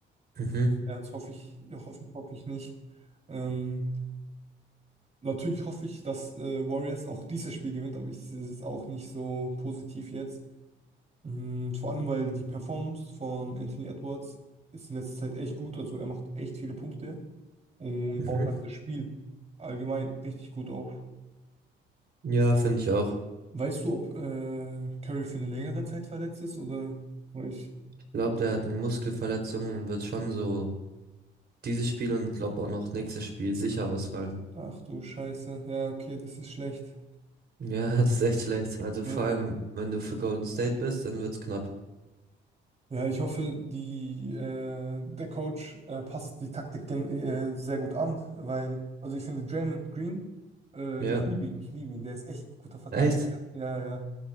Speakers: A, on the right; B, on the right.
A: Mhm.
B: Ja, das hoffe ich, ja, hoffe ich, hoffe ich nicht. Ähm, natürlich hoffe ich, dass äh, Warriors auch dieses Spiel gewinnt, aber ich sehe es auch nicht so positiv jetzt. Mm, Vor allem, weil die Performance von Anthony Edwards ist in letzter Zeit echt gut. Also er macht echt viele Punkte und
A: Mhm.
B: baut halt das Spiel allgemein richtig gut auf.
A: Ja, finde ich auch.
B: Weißt du, ob äh, Curry für eine längere Zeit verletzt ist oder oder ich.
A: Ich glaube, der hat eine Muskelverletzung und wird schon so dieses Spiel und glaube auch noch nächstes Spiel sicher ausfallen.
B: Ach du Scheiße. Ja, okay, das ist schlecht.
A: Ja, <laughs> das ist echt schlecht. Also
B: Ja,
A: vor allem, wenn du für Golden State bist, dann wird's knapp.
B: ja ich hoffe, die, äh, der Coach äh, passt die Taktik gen- äh, sehr gut an, weil, also ich finde Draymond Green, äh,
A: Ja,
B: ich liebe ihn, ich liebe ihn, der ist echt guter Verteidiger.
A: echt.
B: Ja, ja.